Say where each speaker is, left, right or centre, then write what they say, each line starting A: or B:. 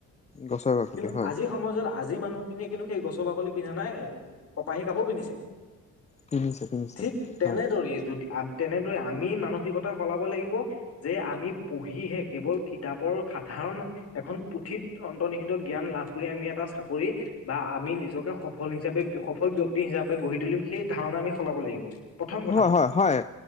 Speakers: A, on the left; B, on the left.
A: গছৰ বাকলি।
B: কিন্তু
A: হয়
B: আজিৰ সমাজত আজিৰ মানুহখিনিয়ে কিন্তু সেই গছ বাকলি পিন্ধা নাই কপাহী কাপোৰ পিন্ধিছে।
A: কিনিছে কিনিছে
B: ঠিক তেনেদৰেই
A: হয়
B: যদি আ তেনেদৰে আমি মানসিকতা সলাব লাগিব- যে আমি পঢ়িহে কেৱল কিতাপৰ সাধাৰণ এখন পুথিত অন্তৰ্নিহিত জ্ঞান লাভ কৰি আমি এটা চাকৰি বা আমি নিজকে সফল হিচাপে সফল ব্যক্তি হিচাপে গঢ়ি তুলিম- সেই ধাৰণা আমি সলাব লাগিব প্ৰথম কথা।
A: হয় হয় হয়।